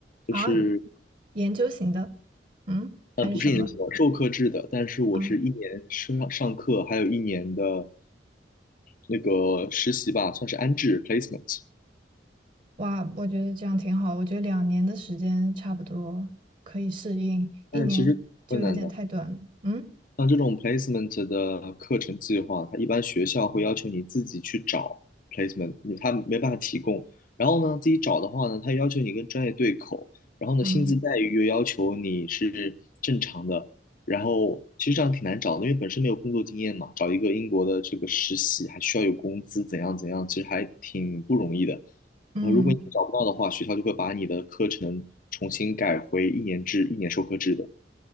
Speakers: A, on the left; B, on the right.
A: 就是
B: 啊，研究型的，嗯，还是什么
A: 嗯，不是研究生，授课制的，但是我是一年上上课，
B: 啊？
A: 还有一年的那个实习吧，算是安置 placement，
B: 哇，我觉得这样挺好。我觉得两年的时间差不多可以适应，一年就有点太短了嗯
A: 但是其实挺困难的。像这种 placement 的课程计划，它一般学校会要求你自己去找 placement，你他没办法提供。然后呢，自己找的话呢，他要求你跟专业对口，然后呢，
B: 嗯
A: 薪资待遇又要求你是正常的。然后其实这样挺难找的，因为本身没有工作经验嘛，找一个英国的这个实习还需要有工资，怎样怎样，其实还挺不容易的。然
B: 嗯
A: 后如果你找不到的话，学校就会把你的课程重新改回一年制、一年授课制的。